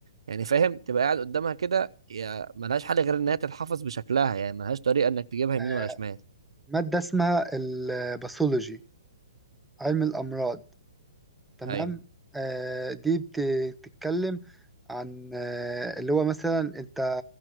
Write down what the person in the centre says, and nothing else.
آه،
ماده اسمها الباثولوجي علم الامراض تمام
آه دي بت- بتتكلم عن آه اللي هو مثلا انت